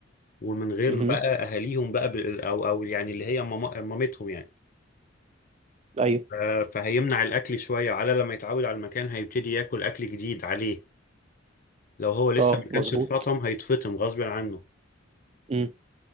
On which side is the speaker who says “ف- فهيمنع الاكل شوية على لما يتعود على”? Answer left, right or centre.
Left